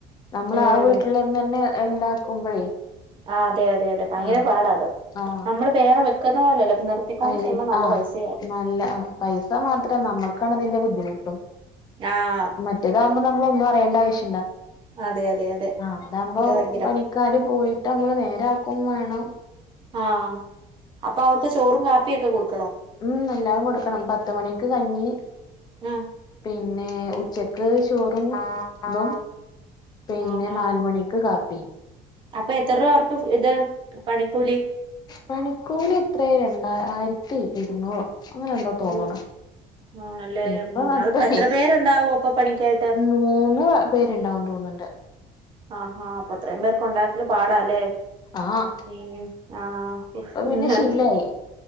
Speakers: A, on the left (about 25°); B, on the right (about 35°).
A: നമ്മൾ
B: ഉം
A: ആ വീട്ടിൽന്ന് തന്നെ ഉണ്ടാക്കുമ്പോഴേ.
B: ആ അതെ അതെ അതെ ഭയങ്കര
A: ആഹ്
B: പാടാ അത്
A: ആഹ്
B: നമ്മള് വേറെ വെക്കുന്ന പോലെല്ലോ. നിർത്തിക്യോണ്ട്
A: ആഹ്
B: ചെയുമ്പോ നല്ല
A: ആഹ്
B: പൈസ.
A: നല്ല പൈസ മാത്രം നമ്മുക്കാണ് അതിന്റെ ബുദ്ധിമുട്ടും.
B: ആഹ്
A: മറ്റേതാകുമ്പോൾ നമ്മള ഒന്നും അറിയെണ്ട ആവശ്യില്ല.
B: അതെ അതെ. അതെ
A: ആഹ അതാവകുമ്പോ
B: ഇത് ഭയങ്കര
A: പണിക്കാര് പോയിട്ട് നമ്മള് നേരാക്കും വേണം.
B: ആഹ അപ്പൊ അവർക്ക് ചോറും കാപിയൊക്കെ കൊടുക്കു.
A: ഉം നല്ലാവും കൊടുക്കണം പത്തമണിക്ക് കഞ്ഞി
B: ഉം
A: പിന്നെ. പിന്നെ ഉച്ചക്ക് ചോറും <unintelligible> ഇതും. പിന്നെ
B: ആഹാ
A: നാല് മണിക്ക് കാപ്പി.
B: അപ്പൊ എത്ര രൂപ അവർക്ക് ഇത് പണിക്കൂലി
A: മണിക്കൂർ എത്രയ രണ്ട ആയിരത്തി ഇരുന്നൂറോ. അങ്ങനെയല്ലോ തോന്നണ.
B: ഓ ആണല്ലേ
A: ഇപ്പ
B: ഉം
A: അപ്പ
B: അത് എത്ര പേരുണ്ടാവും അപ്പൊ പണിക്കായിട്ട്
A: മൂന്ന് പേരുണ്ടാവും തോന്നുണ്ട്.
B: ആഹാ അപ്പൊ അത്രയും പേർക്ക് ഉണ്ടാക്കല് പാടല്ലേ.
A: ആഹ്
B: ഏ ആ
A: ഇപ്പൊ
B: ഹുഹേ.
A: പിന്നെ ശീലായി